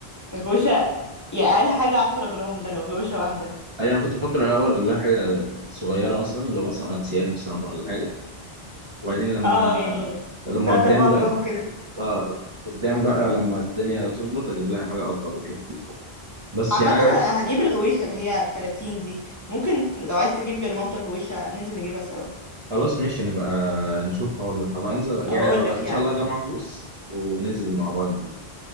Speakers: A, on the left; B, on the right.
A: غوشة يا أقل حاجة عشرة جرام ده لو غوشة واحدة
B: ايوه انا كنت بفكر الاول اجيب لها حاجه صغيره مثلا اللي هو مثلا انسيال مثلا ولا حاجه وبعدين لما
A: اه يعني
B: لما
A: تلاتة
B: قدام
A: أربعة
B: بقى
A: جرام كده
B: ف- قدام بقى لما الدنيا تظبط اجيب لها حاجه اكبر وكده بس
A: عامة
B: يعني
A: أنا هجيب الغويشة اللي هي بتلاتين دي ممكن لو عايز تجيب لمامتك غويشة ننزل نجيبها سوا
B: خلاص ماشي نبقى نشوف قرار ده طب انزل يعني
A: أو أقولك
B: لو ان
A: يعني
B: شاء الله اجمع فلوس وننزل مع بعض دي.